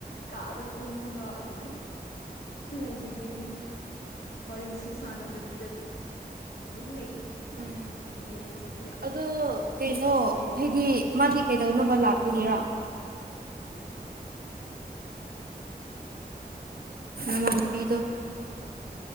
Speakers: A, on the left (about 75°); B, on the right (about 65°).
A: ꯀꯥꯗ ꯇꯨꯝꯃꯒ ꯑꯗꯨꯝ ꯂꯩꯕꯒꯤ ꯃꯤ ꯋꯥꯔꯤꯁꯨ ꯁꯥꯟꯅꯗꯕꯤꯗ ꯑꯗꯨꯝ ꯂꯩ
B: ꯎꯝ
A: ꯄꯕꯒꯤ ꯍꯧꯖꯤꯛꯇꯤ
B: ꯑꯗꯣ ꯀꯩꯅꯣ
A: ꯑꯁ ꯂꯣꯏꯔꯦ
B: ꯍꯥꯏꯗꯤ ꯃꯥꯗꯤ ꯀꯩꯗꯧꯅꯕ ꯂꯥꯛꯄꯒꯤꯔꯥ
A: <inaudible>
B: ꯅꯃꯥꯟꯅꯕꯤꯗꯣ